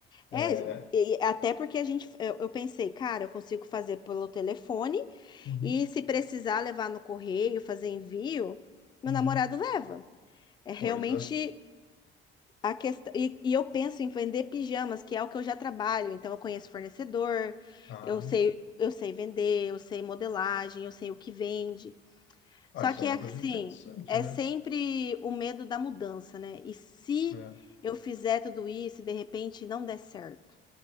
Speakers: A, on the left (about 65°); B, on the left (about 20°).
A: É,
B: É, e até porque a gente, eu, eu pensei, cara, eu consigo fazer pelo telefone
A: uhum,
B: e se precisar levar no correio, fazer envio, meu
A: uhum.
B: namorado leva. É realmente
A: Pois é.
B: A questão, e, e eu penso em vender pijamas, que é o que eu já trabalho, então eu conheço fornecedor,
A: Ah,
B: eu sei, eu sei vender, eu sei modelagem, eu sei o que vende.
A: ah,
B: Só
A: isso
B: que
A: é uma
B: é assim,
A: coisa interessante,
B: é
A: né?
B: sempre o medo da mudança, né? E se
A: É.
B: eu fizer tudo isso e de repente não der certo?